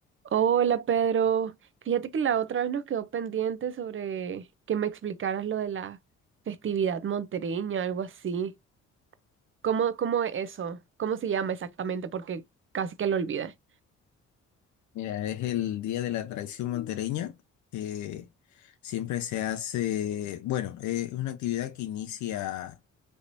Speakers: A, on the right (about 45°); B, on the left (about 70°).
A: Hola Pedro, fíjate que la otra vez nos quedó pendiente sobre que me explicaras lo de la festividad montereña, algo así. ¿Cómo, cómo es eso? ¿Cómo se llama exactamente? Porque casi que lo olvidé.
B: Mira, es el Día de la Tradición Montereña. eh, siempre se hace, bueno, eh, es una actividad que inicia